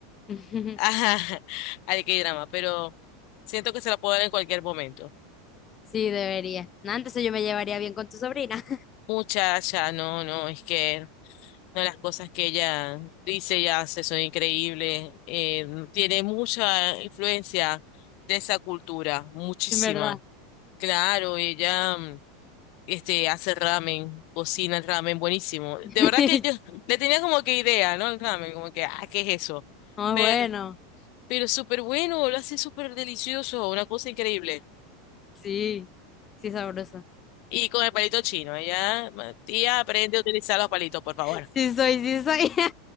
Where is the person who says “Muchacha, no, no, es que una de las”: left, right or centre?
Left